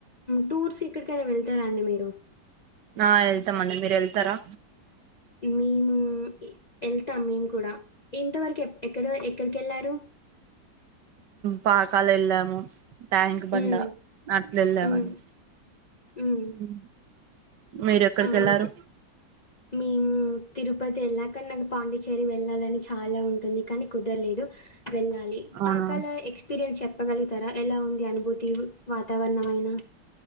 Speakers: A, on the left; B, on the right.
A: టూర్ ఏక్కడికైనా వెళ్తారండి మీరు
B: ఆ వెళ్తామండి మీరు వెళ్తారా
A: మేము వెళ్తాం మేము కూడా ఇంతవరకు ఎక్కడ ఎక్కడికి వెళ్ళారు
B: పాకాల ఎలాము ట్యాంక్ బండా
A: హ్మ్.
B: అట్టు వేలమండీ
A: హ్మ్. హ్మ్.
B: ఇ మీరు ఎక్కడికి
A: ఆహ్,
B: వెళ్ళారు
A: చె మేము తిరుపతి వెళ్ళాకనీ నాకు పాండిచ్చేరి వెళ్ళాలని చాలా ఉంటుంది కానీ కుదరలేదు వెళ్ళాలి
B: అవునా
A: పాకాల ఎక్స్ ఎక్స్పీరియన్స్ చెప్పగలుగుతారా ఎలా ఉంది అనుభూతి వాతావరణం అయి